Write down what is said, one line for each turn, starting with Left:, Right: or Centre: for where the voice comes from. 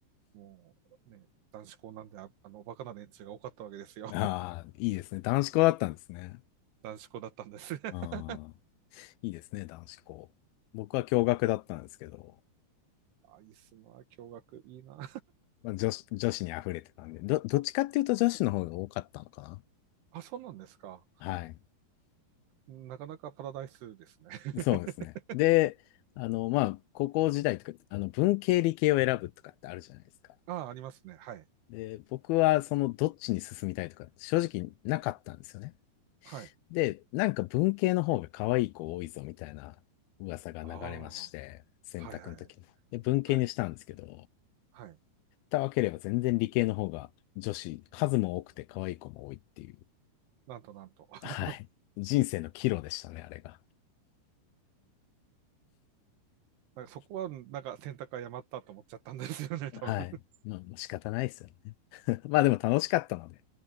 Right: もうね、男子校なんで、ああの、おバカな連中が多かったわけですよ。
Left: ああ、
Right: <laughs>
Left: いいですね。男子校だったんですね。
Right: 男子校だったんです。<laughs>
Left: ああ、いいですね、男子校。僕は共学だったんですけど。
Right: あ、いいっすな、驚学いいな。
Left: まあ、女子、女子に溢れてたんで、ど、どっちかっていうと女子の方が多かったのかな。
Right: <laughs> あ、そうなんですか。
Left: はい。
Right: なかなかパラダイスですね。<laughs>
Left: そうですね。で、あの、まあ、高校時代とか、あの、文系理系を選ぶとかってあるじゃないですか。
Right: あ、ありますね。はい。
Left: で、僕はそのどっちに進みたいとか、正直なかったんですよね。
Right: はい。
Left: で、なんか文系の方が可愛い子多いぞみたいな噂が流れまして、
Right: ああ、は
Left: 選択の時に。
Right: いはいはい。
Left: で、文系にしたんですけど、
Right: はい。はい。
Left: 蓋を開ければ全然理系の方が女子、数も多くて可愛い子も多いっていう。
Right: なんとなんと。<laughs>
Left: はい。人生の岐路でしたね、あれが。
Right: なんかそこは、なんか選択誤ったと思っちゃったんですよね、多分。
Left: はい。まあ、もう仕方ないですよね。<laughs> まあでも楽しかったので、